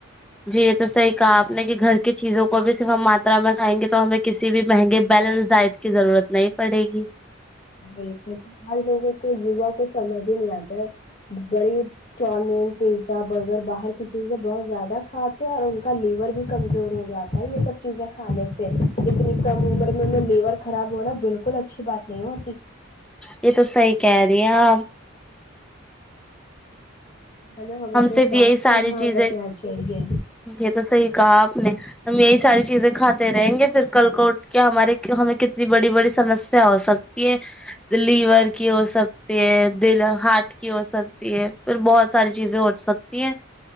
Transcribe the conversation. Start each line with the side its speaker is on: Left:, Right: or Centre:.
Centre: جی یہ تو صحیح کہا آپ نے کہ گھر کی چیزوں کو بھی صرف ہم ماترا میں کھائیں گے تو ہمیں کسی بھی مہنگے بیلنس ڈائٹ کی ضرورت نہیں پڑے گی
Left: جک آج لوگوں کو یوا کوچ سمج ہی نہیں آگتی بڑی چاؤمین پیزا برگر باہر کی چیزیں بہت زیادہ کھاتے ہیں اور ان کا لیور بھی کمزور ہو جاتا ہے یہ سب چیزیں کھانے سے لیکن نکا ممر میں میں لیر خراب ہو رہا بالکل اچھی بات نہیں ہو
Centre: یہ تو صحی کہہ رہی ہیں آپ <inaudible>
Left: ہمیں
Centre: ہم
Left: اپنے
Centre: سے
Left: سواستھ
Centre: بھی یہی ساری
Left: کا دھیان
Centre: چیزیں
Left: رکھنا چاہیے
Centre: یہ تو صحیح کہا آپ ہم یہی ساری چیزیں کھاتے رہیں گے پھر کل کو اٹھ کے ہمارے ہمیں کتنی بڑی بڑی سمسیا ہو سکتی ہے لیور کی ہو سکتی ہے دل ہارٹ کی ہو سکتی ہے پھر بہت ساری چیزیں ہو سکتی ہیں